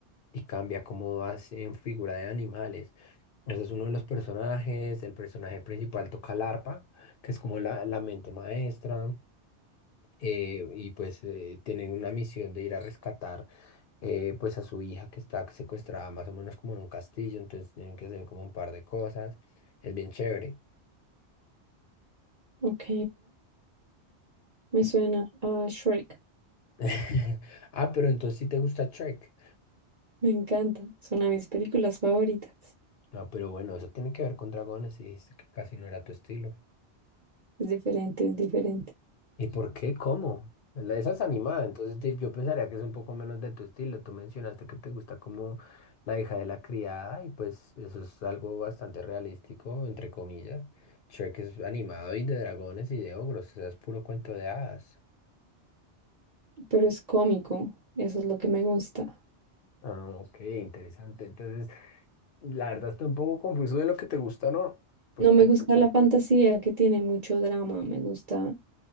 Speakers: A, on the left; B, on the right.
A: y cambia cómo vas en figura de animales. Ese es uno de los personajes, el personaje principal toca el arpa, que es como la, la mente maestra, eh, y pues eh, tienen una misión de ir a rescatar eh, pues a su hija que está secuestrada más o menos como en un castillo, entonces tienen que hacer como un par de cosas, es bien chévere.
B: Ok, me
A: Y-
B: suena a Shrek.
A: <laughs> Ah, pero entonces sí te gusta Trek.
B: Me encanta. Es una de mis películas favoritas.
A: No, pero bueno, eso tiene que ver con dragones y dijiste que casi no era tu estilo.
B: Es diferente, es diferente.
A: ¿Y por qué? ¿Cómo? La- Esa es animada, entonces te- yo pensaría que es un poco menos de tu estilo. Tú mencionaste que te gusta como la hija de la criada y pues eso es algo bastante realístico, entre comillas. Shrek es animado y de dragones y de ogros, eso es puro cuento de hadas.
B: Pero es cómico. Eso es lo que me gusta.
A: Ah, ok, interesante. Entonces, la verdad estoy un poco confuso de lo que te gusta, ¿no? Porque...
B: No me gusta la fantasía que tiene mucho drama. Me gusta,